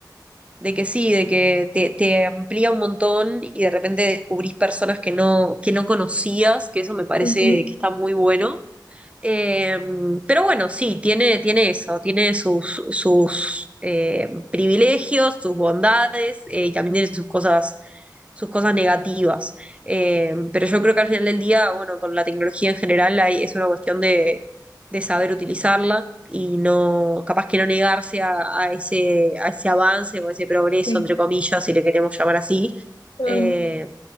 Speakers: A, on the right; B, on the left.
A: de que sí, de que te, te amplía un montón y de repente descubrís personas que no, que no conocías, que eso me parece
B: Ujú,
A: que está muy bueno. Eh, pero bueno, sí, tiene, tiene eso, tiene sus, sus eh, privilegios, sus bondades eh, y también tiene sus cosas, sus cosas negativas. Eh, pero yo creo que al final del día, bueno, con la tecnología en general hay- es una cuestión de, de saber utilizarla y no, capaz que no negarse a, a ese, a ese avance o ese progreso,
B: sí.
A: entre comillas, si le queremos llamar así,
B: Mm,
A: eh,